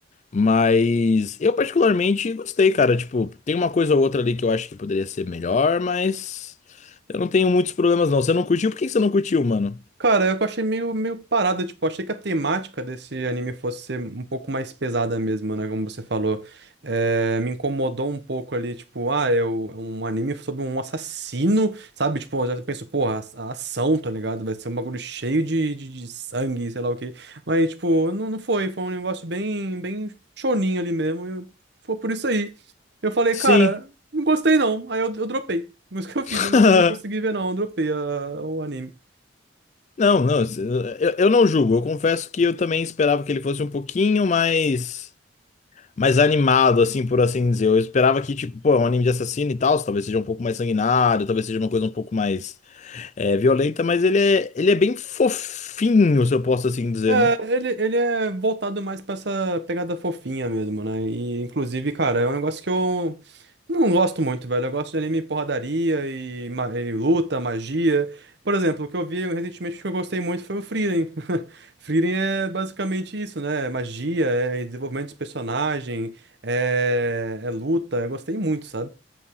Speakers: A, on the left (about 35°); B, on the right (about 60°).
A: Mas eu particularmente gostei, cara. Tipo, tem uma coisa ou outra ali que eu acho que poderia ser melhor, mas eu não tenho muitos problemas, não. Você não curtiu? Por que que você não curtiu, mano?
B: Cara, eu achei meio, meio parada, tipo, achei que a temática desse anime fosse ser um pouco mais pesada mesmo, né, como você falou. Eh, me incomodou um pouco ali, tipo, ah, é o- é um anime sobre um assassino, sabe? Tipo, eu já penso, porra, a, a ação, tá ligado? Vai ser um bagulho cheio de, de, de sangue, sei lá o quê. Mas, tipo, não, não foi, foi um negócio bem, bem choninho ali mesmo, e eu- foi por isso aí. Eu falei,
A: Sim.
B: cara, não gostei não, aí eu, eu dropei. Mas o que eu fiz,
A: <laughs>
B: eu não, não consegui ver não, eu dropei a- o anime.
A: Não, não, eu, eu não julgo. Eu confesso que eu também esperava que ele fosse um pouquinho mais, mais animado, assim, por assim dizer. Eu esperava que, tipo, pô, é um anime de assassino e tal, talvez seja um pouco mais sanguinário, talvez seja uma coisa um pouco mais é, violenta, mas ele é, ele é bem fofinho, se eu posso assim dizer,
B: É,
A: né?
B: ele, ele é voltado mais pra essa pegada fofinha mesmo, né? E, inclusive, cara, é um negócio que eu não gosto muito, velho. Eu gosto de anime porradaria e, ma- e luta, magia. Por exemplo, o que eu vi recentemente que eu gostei muito foi o Frieren. <laughs> Frieren é basicamente isso, né? É Magia, é desenvolvimento de personagem, é, é luta. Eu gostei muito, sabe?